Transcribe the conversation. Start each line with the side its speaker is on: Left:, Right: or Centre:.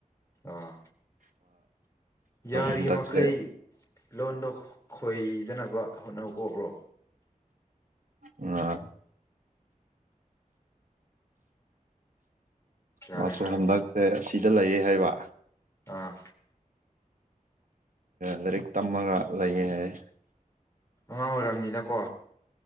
Left: ꯑꯥ ꯌꯥꯔꯤꯃꯈꯩ
Right: ꯍꯟꯗꯛꯁꯦ
Left: ꯂꯣꯟꯗꯣ ꯈꯣꯏꯗꯅꯕ ꯍꯣꯠꯅꯧ ꯀꫭ ꯕ꯭ꯔꯣ꯫
Right: ꯑ꯫
Left: ꯌꯥꯔꯦ
Right: ꯃꯁꯨ
Left: ꯍꯥꯏꯔꯣ
Right: ꯍꯟꯗꯛꯁꯦ
Left: ꯍꯥꯏꯔꯣ
Right: ꯑꯁꯤꯗ ꯂꯩꯌꯦ ꯍꯥꯏꯕ꯫
Left: ꯑꯥ
Right: ꯂꯥꯏꯔꯤꯛ ꯇꯝꯃꯒ ꯂꯩꯌꯦ ꯍꯥꯏꯌꯦ꯫
Left: ꯑꯉꯥꯡ ꯑꯣꯏꯔꯝꯅꯤꯗ ꯀꯣ꯫